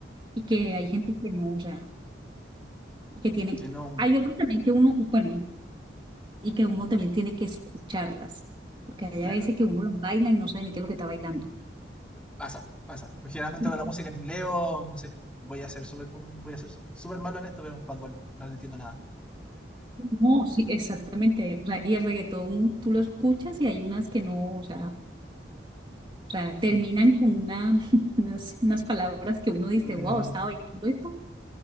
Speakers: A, on the right (about 25°); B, in the centre.
A: y que
B: Sí.
A: hay gente que no, o sea, y que tienen,
B: Que no,
A: hay otros también que uno, bueno, y que uno también tiene que escucharlas, porque hay
B: claro,
A: a veces que uno las baila y no sabe ni qué es lo que está bailando.
B: pasa, pasa. Porque Generalmente
A: Y-
B: con la
A: y-
B: música en inglés o, no sé, voy a ser súper con- voy a ser súper malo en esto, pero Bad Bunny, no le entiendo nada.
A: No, sí, exactamente, o sea, y el reggaetón tú lo escuchas y hay unas que no, o sea, o sea,
B: Quien-
A: terminan con una, <laughs> unas, unas palabras que uno dice,
B: ujú,
A: wow, estaba bailando esto